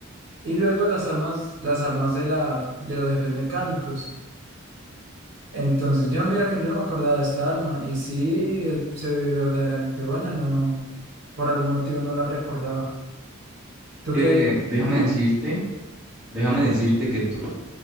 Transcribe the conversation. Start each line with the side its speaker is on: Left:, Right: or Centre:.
Right: Y luego las almas, las almas de, las de los jefes mecánicos. Entonces, yo no, mira que yo no me acordaba de esta arma y sí, es- se ve verdaderamente buena, no, por algún motivo no la recordaba. ¿Tú
Centre: Eh,
Right: qué?
Centre: déjame
Right: Dime.
Centre: decirte, déjame decirte que tú